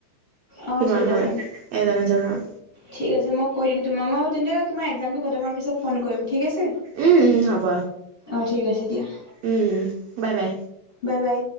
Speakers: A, on the left (about 25°); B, on the right (about 80°).
A: অ
B: কিমান
A: ঠিক
B: হয়
A: আছে
B: এজন এজনৰ
A: ঠিক আছে। মই কৈ দিম তোমাৰ মই হ তেন্তে তোমাৰ এক্সামটো খমোৱাৰ পিছত- ফোন কৰিম ঠিক আছে
B: উম উম হ'ব
A: অ ঠিক আছে দিয়া।
B: উম বাই বাই।
A: Bye bye.